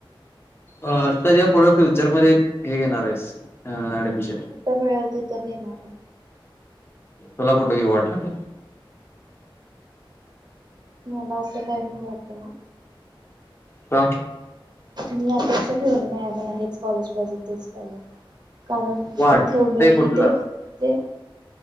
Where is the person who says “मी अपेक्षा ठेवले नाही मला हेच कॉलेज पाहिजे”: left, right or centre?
Right